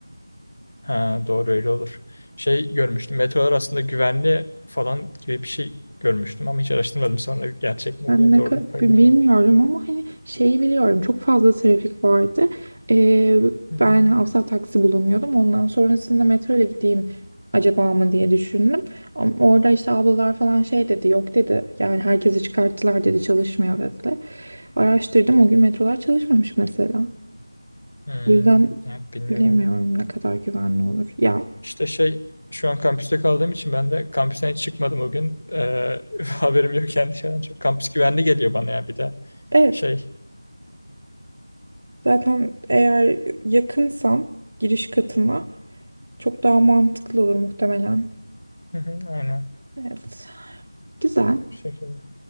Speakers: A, on the left; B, on the right.
A: Ha doğru öyle olur. Şey görmüştüm. Metrolar aslında güvenli falan gibi bir şey görmüştüm ama hiç araştırmadım sonra gerçek mi
B: Ben
A: diye
B: ne
A: doğruluk
B: ka-
A: payını
B: bi-
A: falan.
B: bilmiyorum ama hani şeyi biliyorum çok fazla trafik vardı. Ee,
A: Hı hı.
B: ben asla taksi bulamıyordum. Ondan sonrasında metro ile gideyim acaba mı diye düşündüm. Ama orada işte ablalar falan şey dedi yok dedi. Yani herkesi çıkarttılar dedi çalışmıyor dediler. Araştırdım o gün metrolar çalışmamış mesela.
A: Hmm,
B: O yüzden
A: evet bilmiyorum.
B: bilemiyorum ne kadar güvenli olur. Ya
A: İşte şey şu an kampüste kaldığım için ben de kampüsten hiç çıkmadım o gün. Ee, <laughs> haberim yok kendi dışarıdan çok. Kampüs güvenli geliyor bana ya bir de
B: evet
A: şey.
B: zaten eğer yakınsam giriş katına çok daha mantıklı olur muhtemelen.
A: Hı hı, aynen
B: Evet. Güzel.
A: bu şekilde.